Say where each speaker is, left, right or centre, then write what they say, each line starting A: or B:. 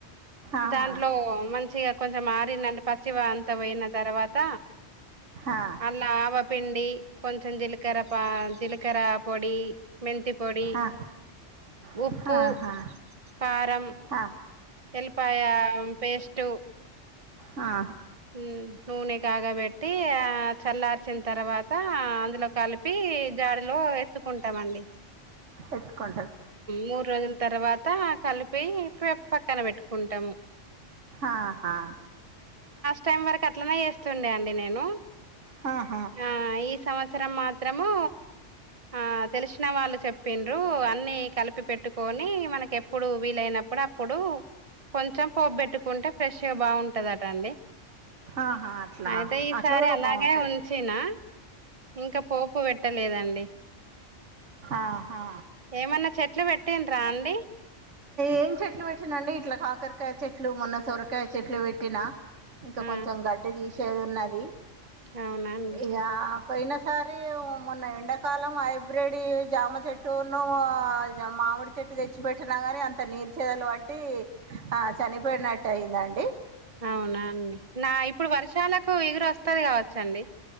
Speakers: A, on the right; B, on the right.
A: ఆహా
B: దాంట్లో మంచిగా కొంచెం మరినది పచ్చివా అంత పోయిన తర్వాత
A: ఆ
B: అందులో ఆవపిండి కొంచెం జీలకర్ర పా జీలకర్ర పొడి మెంతిపొడి
A: ఆ ఆహా
B: ఉప్పు కారం
A: ఆ ఆహా
B: వెల్లిపాయ పేస్ట్
A: ఆ
B: ఉ నూనె కాగాబెట్టి చల్లార్చిన తర్వాత అందులో కలిపి జాడిలో ఎత్తు ఉంటామండి
A: ఎత్తుకొ
B: మూడు రోజుల తర్వాత కలిపి పక్కన పెట్టుకుంటాము
A: ఆహా
B: టీమ్ వరకు అట్లనే చేస్తుండే అండి నేను
A: ఆ
B: ఆ ఈ సంవత్సరం మాత్రము ఆ తెలిసిన వాళ్ళు చెప్ పిండు అన్ని కలిపి పెట్టుకొని మనకి ఎప్పుడు వీలైనప్పుడు అప్పుడు కొంచెం పోపు పెట్టుకుంటే ఫ్రెష్గా బాగుంటదటండి
A: ఆహా అట్లా
B: అయితే ఈసారి
A: అట్లా కూడా
B: అలాగే
A: బాగుంటుంది
B: ఉంచేయనా ఇంకా పోపు పెట్టలేదండి
A: ఆహా
B: ఏమన్నా చెట్లు పెట్టిండ్రా అండి
A: ఏం చెట్లు పెట్టినండి ఇట్లా కాకరకాయ చెట్లు మొన్న సొరకాయ చెట్లు పెట్టినా ఇంకా
B: ఆ!
A: కొంచెం గడ్డి తీసేది ఉన్నది
B: అవునా అండి.
A: ఇగ పోయిన సారి మొన్న ఎండాకాలం హైబ్రెడ్ జామ చెట్టునూ మా మామిడి చెట్టు తెచ్చి పెట్ పెట్టినా గానీ అంత నీరుచదలు బట్టి ఆ చనిపోయినట్టు అయిందండి
B: అవునా అండి నా ఇప్పుడు వర్షాలకు చిగురు వస్తది కావచ్చండి